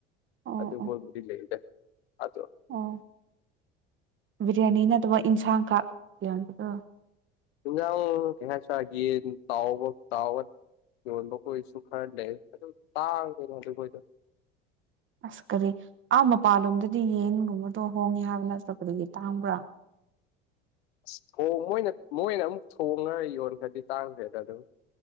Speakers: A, on the right (about 35°); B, on the left (about 70°).
A: ꯑꯣ
B: ꯑꯗꯨꯐꯥꯎꯕꯗꯤ
A: ꯑꯣ
B: ꯂꯩꯗ ꯑꯗꯣ꯫
A: ꯑꯣ ꯕꯤꯔꯌꯥꯅꯤ ꯅꯠꯇꯕ ꯏꯟꯁꯥꯡꯈꯥꯛ ꯌꯣꯟꯕꯗꯣ꯫
B: ꯏꯟꯖꯥꯡ ꯀꯩꯍꯥꯏꯁꯤꯔꯥ ꯌꯦꯟ ꯇꯥꯎꯕ ꯇꯥꯎꯔ ꯌꯣꯟꯕꯈꯣꯏꯁꯨ ꯈꯔ ꯂꯩ ꯑꯗꯨ ꯇꯥꯡꯉꯤ ꯃꯣꯏꯗꯣ
A: ꯑꯁ ꯀꯔꯤ ꯑꯥ ꯃꯄꯥꯟꯂꯣꯝꯗꯗꯤ ꯌꯦꯟꯒꯨꯝꯕꯗꯣ ꯍꯣꯡꯉꯦ ꯍꯥꯏꯕꯅ <unintelligible> ꯇꯥꯡꯕ꯭ꯔꯥ
B: ꯑꯁ ꯊꯣ ꯃꯣꯏꯅ ꯃꯣꯏꯅ ꯑꯃꯨꯛ ꯊꯣꯡꯉꯒ ꯌꯣꯟꯈ꯭ꯔꯗꯤ ꯇꯥꯡꯈ꯭ꯔꯦꯗ ꯑꯗꯨꯝ